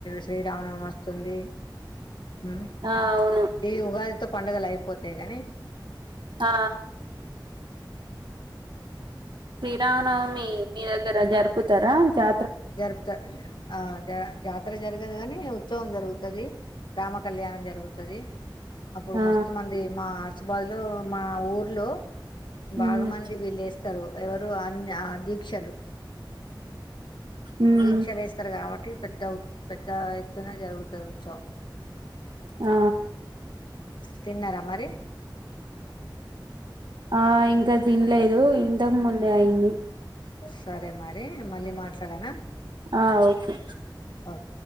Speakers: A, on the left; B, on the right.
A: శ్రీరామానవం వస్తుంది హ్మ్
B: ఆ అవును
A: ఇ ఉగాది తో పండుగలు అయిపోతాయి గానీ
B: ఆ రామనవమి మీ దగ్గర జరుపుతరా జా
A: జరుపుత ఆ జ జాతర జరగదు గని ఉచ్చవం జరుగుతది రామ కళ్యాణం జరుగుతది అప్పుడు
B: ఆ
A: మస్తు మంది మా పచ్చ బాదులు మా ఊర్లో బాగమంది
B: ఉమ్
A: విలేజ్ స్థారూ ఎవరు అన్ దీక్షలు
B: ఉమ్
A: దీక్షలేస్తరు కాబట్టి పెద్ద పెద్ద ఎత్తున జరుగుతది ఉచ్చవం
B: ఆ
A: తిన్నరా మరి
B: ఆ ఇంక థిన్లేదు ఇంతకు ముందే అయింది
A: సరే మరి మళ్ళీ మాట్లాడనా
B: ఆ ఒకే
A: ఒక్